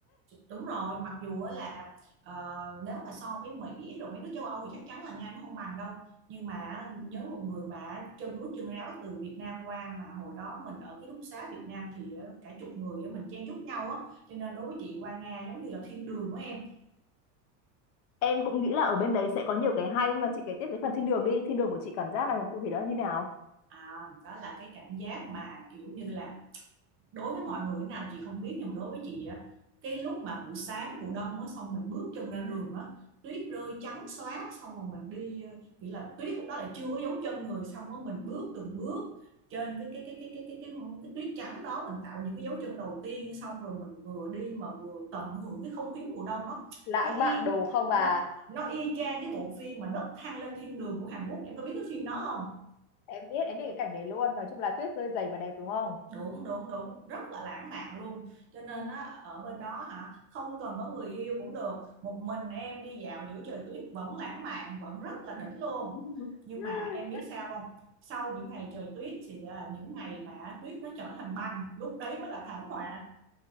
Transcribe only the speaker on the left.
Em cũng nghĩ là ở bên đấy sẽ có nhiều cái hay nhưng mà chị kể tiếp cái phần thiên đường đi. Thiên đường của chị cảm giác là cụ thể đó là như nào?
Lãng
mạn đồ không à?
Em biết, em biết cái cảnh đấy luôn. Nói chung là tuyết rơi dày và đẹp đúng không?
<laughs>